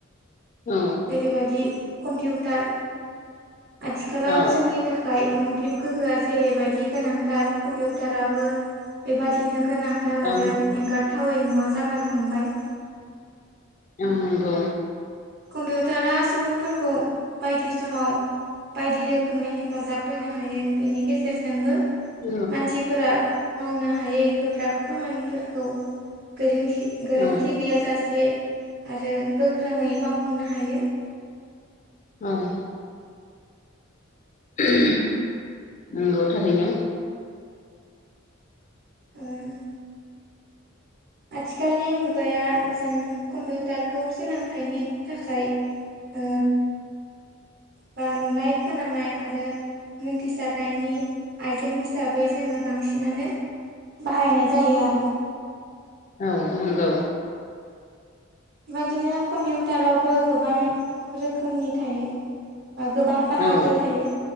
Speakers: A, on the left; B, on the right.
A: औ।
B: जेरैबादि कम्पिउटार आथिखालाव
A: औ
B: जोंनि थाख खाय मोब्लिब गोहोआ जेरैबायदि गोनांथार। कम्पिउटाराबो बेबादिनो गोनांथार
A: नंगौ
B: आरो एंगारथावै मुवा जाबोनो हमबाय।
A: उम नंगौ।
B: कम्पिउटारा सुबुंफोरखौ बायदि समाव बायदि रोखोमै हेफाजाब होनो हायो। बेनि गेजेरजोंबो
A: औ
B: मानसिफोरा मावनो हायै गोब्राब खामानिफोरखौ गोरोन गोरोन्थि
A: औ
B: गैयाजासे आरो गोख्रोङै मावफुंनो हायो।
A: ओं। उहुम नंगौ थारैनो।
B: <unintelligible> आथिखालनि मुगाया जों कम्पिउटारखौ सोलोंथाइनि थाखाय ओ बा नुनाय खोनानाय आरो मोनथिसारनायनि आइजें हिसाबै जोङो बांसिनानो बाहायनाय जायो आरो
A: औ नंगौ
B: बेबादिनो कम्पिउटारावबो गोबां रोखोमनि थायो गोबां बाहागो
A: औ
B: थायो